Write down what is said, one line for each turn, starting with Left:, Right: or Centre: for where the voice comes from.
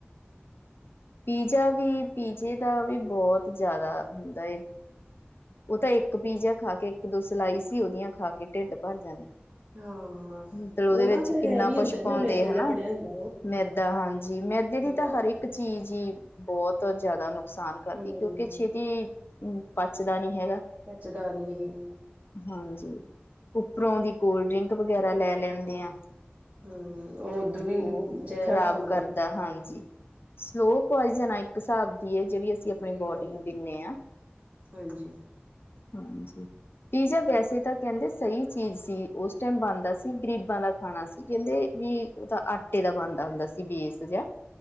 Left: ਪੀਜ਼ਾ ਵੀ, ਪੀਜੇ ਦਾ ਵੀ ਬੌਤ ਜੈਦਾ ਹੁੰਦਾ ਏ ਓਹ ਤਾਂ ਇੱਕ ਪੀਜ਼ਾ ਖਾ ਕੇ ਇੱਕ ਦੋ ਸਿਲਾਇਸ ਈ ਓਦੀਆਂ ਖਾ ਕੇ ਢਿੱਡ ਭਰ ਜਾਂਦੈ।
Right: ਹਾਂ
Left: ਮਤਲਬ ਉਹਦੇ
Right: ਉਹ
Left: ਵਿੱਚ
Right: ਨਾ ਫੇਰ
Left: ਕਿੰਨਾ
Right: ਹੈਵੀ
Left: ਕੁਛ
Right: ਹੁੰਦਾ
Left: ਪਾਉਂਦੇ
Right: ਨਾ ਮੈਦੇ
Left: ਹੈਨਾ
Right: ਦਾ ਬਣਿਆ ਹੁੰਦਾ
Left: ਮੈਦਾਂ ਹਾਂ ਜੀ, ਮੈਦੇ
Right: ਉਹ
Left: ਦੀ ਤਾਂ ਹਰ ਇੱਕ ਚੀਜ਼ ਈ ਬੌਤ ਜੈਦਾ ਨੁਕਸਾਨ ਕਰਦੀ,
Right: ਹਾਂ ਹਮ
Left: ਕਿਉਂਕਿ ਛੇਤੀ ਹੂੰ, ਪੱਚਦਾ ਨੀ ਹੈਗਾ।
Right: ਪੱਚਦਾ ਨੀ ਹੇ।
Left: ਹਾਂਜੀ, ਉੱਪਰੋਂ ਦੀ ਕੋਲਡ ਡਰਿੰਕ ਵਗੈਰਾ ਲੈ ਲੈਂਦੇ ਆਂ।
Right: ਹਮ ਉਹ ਉਦੋਂ
Left: ਤੇ
Right: ਵੀ
Left: ਓਹ
Right: ਜ਼ਹਿਰ
Left: ਖਰਾਬ
Right: ਵਾਲਾ ਕੰਮ
Left: ਕਰਦੈ,
Right: ਕਰਦਾ
Left: ਹਾਂਜੀ। ਸਲੋਅ ਪੋਇਜਨ ਆ ਇੱਕ ਸਾਬ ਦੀ ਏਹ ਜੇੜੀ ਅਸੀਂ ਸੀ ਅਪਣੀ
Right: ਸਹੀ
Left: ਬੋਡੀ
Right: ਗੱਲ
Left: ਨੂੰ
Right: ਹੈ
Left: ਦਿੰਨੇ ਆਂ।
Right: ਹਾਂਜੀ
Left: ਹਾਂਜੀ। ਪੀਜ਼ਾ ਵੈਸੇ ਤਾਂ ਕੈੰਦੇ ਸਹੀ ਚੀਜ਼ ਸੀ, ਓਸ ਟੈਮ ਬਣਦਾ ਸੀ ਗ਼ਰੀਬਾਂ ਦਾ ਖਾਣਾ ਸੀ। ਕੈੰਦੇ ਵੀ ਉਹ ਤਾਂ ਆਟੇ ਦਾ ਬਣਦਾ ਹੁੰਦਾ ਸੀ ਬੇਸ ਜਾ।